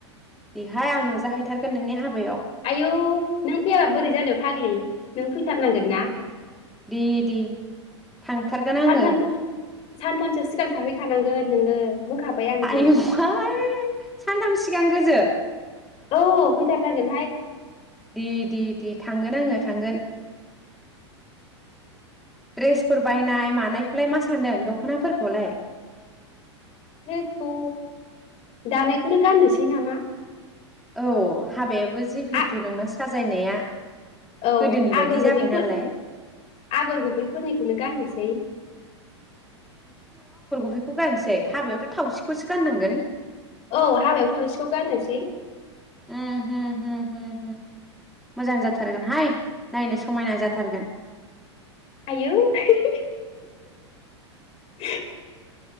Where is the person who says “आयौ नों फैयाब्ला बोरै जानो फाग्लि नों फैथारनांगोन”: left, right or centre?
Left